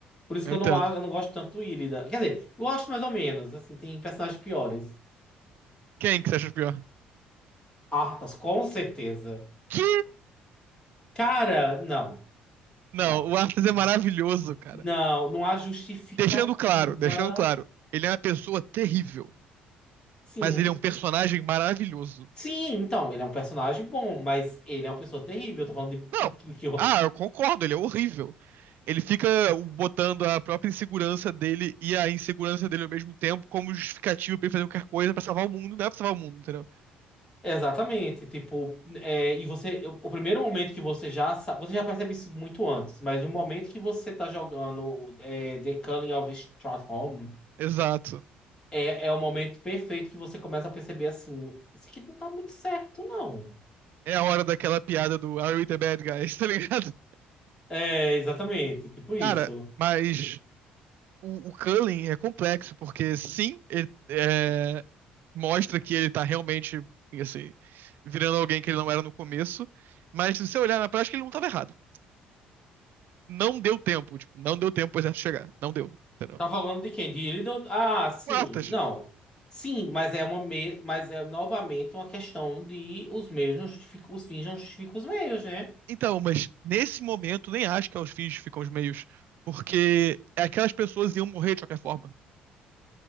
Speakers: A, on the left; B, on the right.
A: Por isso
B: Eu
A: que eu
B: entendo.
A: não, a- eu não gosto tanto do Illidan. Quer dizer, eu gosto mais ou menos. Assim, tem personagens piores.
B: Quem que você acha pior?
A: Arthas, com certeza.
B: Que?
A: Cara, não.
B: Não,
A: Não,
B: o
A: não
B: Arthur
A: tem.
B: é maravilhoso, cara.
A: Não, não há justificativa.
B: Deixando claro, deixando claro. Ele é uma pessoa terrível,
A: Sim.
B: mas ele é um personagem maravilhoso.
A: Sim, então, ele é um personagem bom, mas ele é uma pessoa terrível. Eu tô falando de,
B: Não.
A: de que que eu-
B: Ah, eu concordo, ele é horrível. Ele fica uh, botando a própria insegurança dele e a insegurança dele ao mesmo tempo como justificativa pra ele fazer qualquer coisa pra salvar o mundo. Não é pra salvar o mundo, entendeu?
A: Exatamente, tipo, é, e você, o primeiro momento que você já sabe, você já percebe isso muito antes, mas no momento que você tá jogando é, The Culling of Stratholme,
B: Exato.
A: é, é o momento perfeito que você começa a perceber assim, isso aqui não tá muito certo, não.
B: É a hora daquela piada do Are we the bad guys, <laughs> tá ligado?
A: É, exatamente, tipo isso.
B: Cara, mas o, o Cullen é complexo, porque sim, ele é, mostra que ele tá realmente, assim, virando alguém que ele não era no começo, mas se você olhar na prática, ele não tava errado. Não deu tempo, tipo, não deu tempo pro exército chegar. Não deu, entendeu?
A: Tá falando de quem? De Illidan? Ah, sim.
B: Quartas.
A: Não. Sim, mas é uma me... mas é novamente uma questão de os meios não justificam, os fins não justificam os meios, né?
B: Então, mas nesse momento, nem acho que é os fins ficam os meios, porque aquelas pessoas iam morrer de qualquer forma.